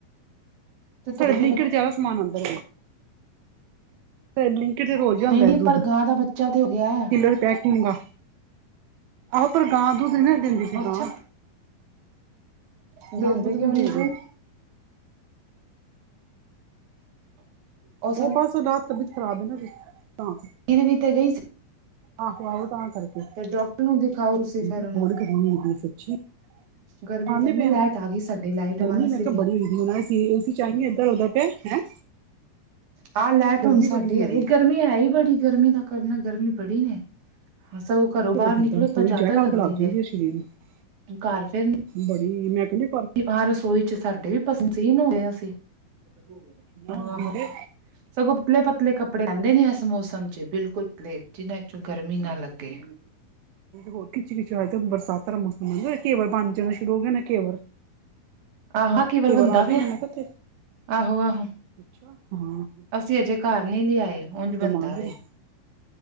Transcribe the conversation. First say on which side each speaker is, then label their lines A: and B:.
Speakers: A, on the right; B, on the right.
A: ਤੇ ਤੁਹਾਡੀ
B: ਸਾਡਾ
A: ਤੇ
B: ਬਲਿੰਕਇਟ ਜਾਦਾ ਸਮਾਨ ਆਂਦੈ। ਬਲਿੰਕਇਟ ਚ ਰੋਜ ਈ
A: ਨਹੀਂ-ਨਹੀਂ
B: ਆਂਦੈ ਹੈ ਦੁੱਧ,
A: ਪਰ ਗਾਂ ਦਾ ਬੱਚਾ ਤੇ ਹੋ ਗਿਆ ਹੈ
B: ਕਿਲੋ ਦੀ ਪੈਕੀਂਗ ਵਾ। ਆਹੋ ਪਰ ਗਾਂ ਦੁੱਧ ਨੀ ਨਾ ਦਿੰਦੀ ਸੀ
A: ਅੱਛਾ
B: ਗਾਂ,
A: ਦਿੰਦੀ
B: ਗਾਂ ਦੁੱਧ ਨੀ
A: ਕਿਉਂ
B: ਦੇਰੀ।
A: ਸਹੀ ਉਹ ਸੱਚ
B: ਓ ਬਸ ਰਾਤ ਤਬੀਅਤ ਖਰਾਬ ਏ ਨਾ ਓਦੀ, ਤਾਂ।
A: ਮੇਰੀ ਵੀ ਤਾਂ ਗਈ ਸ
B: ਆਹੋ- ਆਹੋ ਤਾਂ ਕਰਕੇ। <unintelligible>
A: ਡਾਕਟਰ ਨੂੰ ਦਿਖਾਓ ਤੁਸੀਂ ਫੇਰ
B: ਨਾ
A: ਉਹਨੂੰ
B: ਬਹੁਤ ਗਰਮੀ ਹੋਗੀ ਏ ਸੱਚੀ।
A: ਗਰਮੀ
B: ਖਾਨੇ
A: ਕਹਿੰਦੇ
B: ਪੇ ਆ।
A: ਲਾਈਟ ਗਈ ਸਾਡੀ ਲਾਈਟ ਬੰਦ
B: ਗਰਮੀ ਮੈਂ
A: ਸੀਗੀ
B: ਕਿਆ ਬੜੀ ਹੋਈ ਦੀ, ਹੁਣ ਐ ਸਿਰਿਸ ਈ ਟਾਈਮ ਈ ਐਧਰ ਹੁੰਦਾ ਪਿਆ, ਹੈਂ।
A: ਆ ਲੈਟ
B: ਗਰਮੀ
A: ਹੁਣ ਸਾਡੀ
B: ਬੜੀ ਹੋਈ
A: ਆਈ।
B: ਦੀ
A: ਗਰਮੀ ਹੈ ਈ ਬੜੀ, ਗਰਮੀ ਦਾ ਕਰਨਾ, ਗਰਮੀ ਬੜੀ ਨੇ। ਹਾਂ ਸਗੋਂ
B: ਕੀ
A: ਘਰੋਂ
B: ਕਰੇ
A: ਬਾਅਰ ਨਿਕਲੋ
B: ਬੰਦਾ ਰਸੋਈ
A: ਤਾਂ ਜਾਦਾ
B: ਜਾਏ
A: ਲੱਗਦੀ
B: ਅੱਗ ਲੱਗ
A: ਨੇ,
B: ਜਾਂਦੀ ਹੈ ਸਰੀਰ ਨੂੰ
A: ਘਰ ਫੇਰ ਨਿ
B: ਬੜੀ, ਮੈ ਕੈਨੀ
A: ਨੀ ਬਾਰ ਰਸੋਈ ਚ ਸਾਡੇ ਵੀ ਪਸੀ ਨੋ- ਪਸੀਨ ਹੋਏ ਅਸੀਂ। ਹੂੰ,
B: ਨਾ
A: ਆਹ-ਆਹੋ।
B: ਹੋਈ ਤੇ
A: ਸਗੋਂ ਪਤਲੇ-ਪ ਪਤਲੇ ਕੱਪੜੇ ਪੈਂਦੇ ਨੇ ਐਸ ਮੌਸਮ ਚ, ਬਿਲਕੁਲ ਪਲੇਨ ਜਿਨ੍ਹਾਂ ਚੋਂ ਗਰਮੀ ਨਾ ਲੱਗੇ।
B: ਹੋਰ ਖਿੱਚੀ-ਖਿੱਚ ਹਜੇ ਤੇ ਬਰਸਾਤਾਂ ਦਾ ਮੌਸਮ ਆ, ਓ ਘੇਵਰ ਬਨ ਜਾਣਾ ਸ਼ੁਰੂ ਹੋ ਗਿਆ ਨਾ ਘੇਵਰ।
A: ਆਹਾ ਘੇਵਰ ਬਨਦਾ
B: ਆ ਗਿਆ
A: ਪਿਆ।
B: ਨਾ ਮੈਂ ਕਿਹਾ ਤੇ
A: ਆਹੋ- ਆਹੋ!
B: ਅੱਛਾ ਹਾਂ
A: ਅਸੀਂ ਅਜੇ ਘਰ ਨੀ ਲਿਆਏ
B: ਦਾ ਮੌਸਮ
A: ਉਝ ਬੰਦਾ
B: ਆ ਗਿਆ
A: ਵੇ।